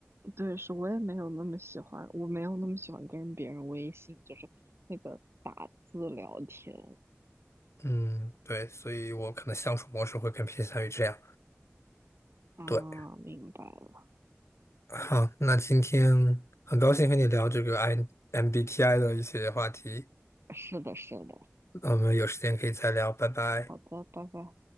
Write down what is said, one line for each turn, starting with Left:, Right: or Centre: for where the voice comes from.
Right: 对，是我也没有那么喜欢，我没有那么喜欢跟别人微信，就是那个打字聊天
Left: 嗯，对，所以我可能相处模式会更偏向于这样。
Right: 啊，
Left: 对，
Right: 明白了，
Left: 好，那今天很高兴和你聊这个 I MBTI 的一些话题，
Right: 是的，是的。
Left: 那我们有时间可以再聊，拜拜。
Right: 好的，拜拜。